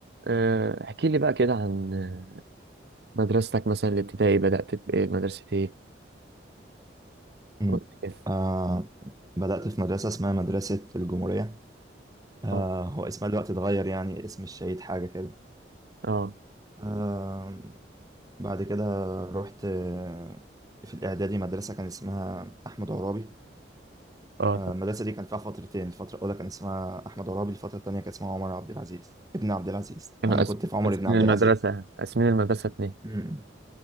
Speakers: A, on the right (about 60°); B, on the right (about 20°).
A: آه، احكي لي بقى كده عن آه، مدرستك مثلا الابتدائي بدأت بإيه مدرسة إيه؟
B: مم.
A: وقت كده.
B: آه بدأت في مدرسة اسمها مدرسة الجمهورية آه
A: اه
B: هو اسمها دلوقتي اتغير يعني اسم الشهيد حاجة كده
A: اه
B: آه بعد كده رحت آه، في الإعدادي مدرسة كان اسمها أحمد عرابي
A: اه
B: آه،
A: طب
B: المدرسة دي كان فيها فترتين الفترة الأولى كان اسمها أحمد عرابي الفترة التانية كان اسمها عمر عبد العزيز ابن عبد العزيز
A: كانوا
B: أنا
A: قاسم-
B: كنت في عمر
A: قاسمين
B: ابن عبد
A: المدرسة
B: العزيز
A: قاسمين المدرسة اتنين
B: امم